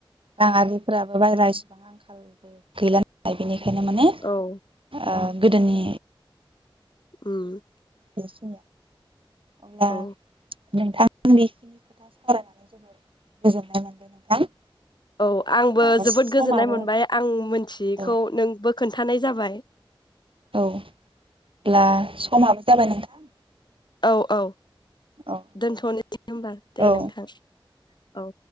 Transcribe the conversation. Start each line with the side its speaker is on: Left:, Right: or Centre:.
Right: राङारिफोरा बाहेरासिबां आंखालबो गैला नालाय बेनिखाय बेखायनो माने
Left: औ
Right: दा गोदोनि
Left: ओम
Right: गोसे अब्ला
Left: औ
Right: नोंथां बेखिनि खोथा सावरायनानै जोबोर गोजोननाय मोनदों नोंथां
Left: औ आंबो
Right: ओ
Left: जोबोद
Right: समाबो
Left: गोजोननाय मोनबाय आं मिथि बेखौ
Right: औ
Left: नोंबो खोन्थानाय जाबाय
Right: औ होनब्ला समाबो जाबाय नोंथां
Left: औ औ
Right: औ
Left: दोनथ'नोसै
Right: दे
Left: होनोमबा दे
Right: औ
Left: नोंथां औ